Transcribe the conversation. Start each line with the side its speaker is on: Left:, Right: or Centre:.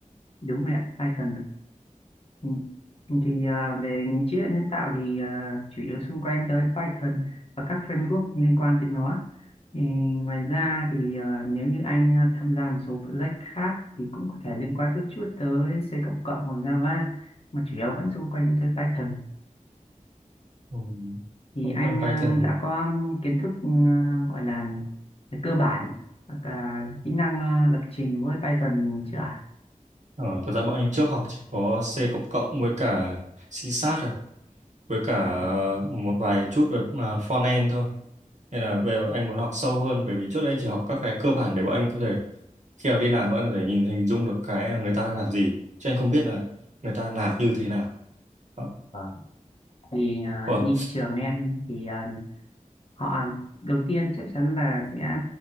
Left: Đúng rồi ạ, Python ạ. Ừ. Ừ, Thì à, về trí tuệ nhân tạo thì à, chủ yếu xung quanh tới Python và các framework liên quan tới nó. Ừ, ngoài ra thì à, nếu như anh à, tham gia một số project khác thì cũng có thể liên quan chút chút tới C cộng cộng hoặc Java mà chủ yếu vẫn xung quanh tới Python.
Right: Ừ.
Left: Thì
Right: Xung
Left: anh
Right: quanh Python.
Left: à, đã có kiến thức à, gọi là cơ bản hoặc là kỹ năng à, lập trình với Python chưa ạ?
Right: Ờ, thật ra bọn anh trước học chỉ có C cộng cộng với cả C Sharp rồi. với cả
Left: À?
Right: một vài chút về à, front-end thôi nên là bây giờ anh muốn học sâu hơn bởi vì trước đây anh chỉ học các cái cơ bản để bọn anh có thể khi nào đi làm bọn anh có thể nhìn hình dung được cái người ta đang làm gì chứ anh không biết là người ta làm như thế nào Đó.
Left: Vâng. Thì à,
Right: Ủa,
Left: như trường em thì à, họ đầu tiên chắc chắn là sẽ